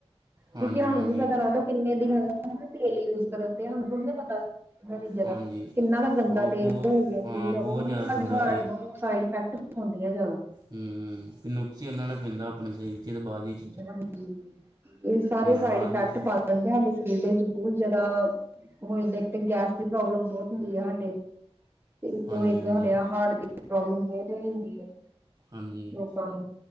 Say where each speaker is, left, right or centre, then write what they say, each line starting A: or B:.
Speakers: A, on the right (about 40°); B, on the right (about 25°).
A: ਹਾਂਜੀ
B: ਕਿਉਂਕਿ ਸਾਨੂੰ
A: ਹਾਂਜੀ
B: ਨੀ ਪਤਾ ਲੱਗਦਾ ਕਿੰਨੇ ਦਿਨ ਹੋ ਗਏ ਤੇਲ ਯੂਜ ਕਰ ਤੇ ਸਾਨੂੰ ਥੋੜੀ ਨੀ ਪਤਾ। ਇਹਨਾਂ ਚੀਜ਼ਾਂ ਦਾ
A: ਹਾਂਜੀ
B: ਕਿੰਨਾ ਦਾ ਗੰਦਾ
A: ਉਹ
B: ਤੇਲ
A: ਬਹੁਤ
B: ਹੈਗਾ
A: ਹਾਂ
B: ਉਹ
A: ਬਹੁਤ ਜ਼ਿਆਦਾ
B: ਸਾਡੇ
A: ਗੰਦਾ
B: ਹਾਰਟ ਨੂੰ ਸਾਈਡ ਇਫੈਕਟ ਹੁੰਦੀਆਂ ਜਿਆਦਾ।
A: ਹੂੰ -ਹੂੰ ਨੁਕਸ ਹੀ ਉਹਨਾ ਨੇ ਪੈਂਦਾ ਆਪਣੇ ਸਰੀਰ ਚ ਤੇ ਬਾਅਦ ਇਚ।
B: ਹਾਂ ਇਹ ਸਾਰੇ ਸਾਈਡ
A: ਬਾਹਰ
B: ਇਫੈਕਟ
A: ਦੀ ਚੀ
B: ਪਾ ਲਦੇ ਸਾਡੇ ਸਰੀਰ ਦੇ ਵਿੱਚ ਬਹੁਤ ਜਿਆਦਾ। ਹੋ ਜਾਂਦਾ ਇੱਕ ਤਾਂ ਗੈਸ ਦੀ ਪ੍ਰੋਬਲਮ ਬਹੁਤ ਹੁੰਦੀ ਹੈ ਸਾਡੇ। ਤੇ ਇਸੋਂ
A: ਹਾਂਜੀ
B: ਇੱਕ
A: ਹਾਂਜੀ
B: ਹ ਹਾਰਟ ਦੀ ਪ੍ਰੋਬਲਮ ਬਹੁਤ ਜਲਦੀ ਹੁੰਦੀ ਆ।
A: ਹਾਂਜੀ
B: ਲੋਕਾਂ ਨੂੰ